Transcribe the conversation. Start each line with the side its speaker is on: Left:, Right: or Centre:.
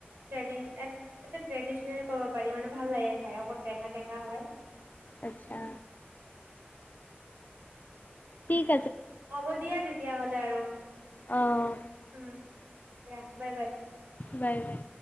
Right: ট্ৰেডিশনেল কব পাৰি মানে, ভাল লাগে খাই, অকন টেঙা টেঙা হয়।
Left: আচ্ছা। ঠিক
Right: হ'ব দিয়া তেতিয়াহ'লে আৰু।
Left: অঁ
Right: উম। দিয়া, বাই বাই।
Left: Bye bye.